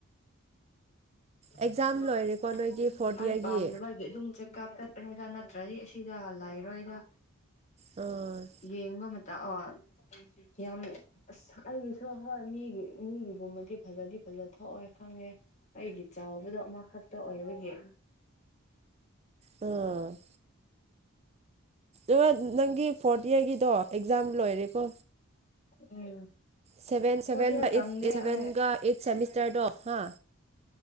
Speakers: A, on the right; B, on the left.
A: ꯑꯦꯛꯖꯥꯝ
B: <inaudible>
A: ꯂꯣꯏꯔꯦꯀꯣ ꯅꯣꯏꯒꯤ ꯐꯣꯔꯠ
B: ꯑꯩ
A: ꯏꯌꯥꯔꯒꯤ
B: ꯄꯥꯝꯅꯕꯒꯤ ꯑꯗꯨꯝ ꯆꯦꯛꯀꯞ ꯆꯠꯄꯅꯦ ꯁꯤꯗ ꯅꯠꯇ꯭ꯔꯗꯤ ꯑꯁꯤꯗ ꯂꯩꯔꯣꯏꯗ
A: ꯎꯝ
B: ꯌꯦꯡꯕ ꯃꯇꯥ ꯑ ꯌꯥꯝ ꯑꯁ ꯑꯩꯒꯤꯁꯨ ꯍꯣꯏ ꯃꯤꯒꯤ ꯃꯤꯒꯤ ꯗꯤ ꯐꯖꯗꯤ ꯑꯗꯨꯖꯣ ꯊꯣꯛꯑꯣ ꯐꯪꯉꯦ ꯑꯩꯒꯤ ꯆꯥꯎꯕꯗꯣ ꯑꯃꯈꯛꯇ ꯑꯣꯏ ꯅꯒꯤ
A: ꯎꯝ ꯑꯗꯨꯒ ꯅꯪꯒꯤ ꯐꯣꯔꯠ ꯏꯌꯥꯔꯒꯤꯗꯣ ꯑꯦꯛꯖꯥꯝ ꯂꯣꯏꯔꯦꯀꯣ
B: ꯎꯝ
A: ꯁꯚ ꯁꯚꯦꯟ
B: ꯐꯣꯔꯠ ꯏꯌꯥꯔ ꯇꯝꯗꯦ
A: ꯁꯦꯚꯦꯟꯒ
B: ꯑꯩ
A: ꯑꯩꯠ ꯁꯦꯃꯤꯁꯇꯔꯗꯣ ꯍꯥ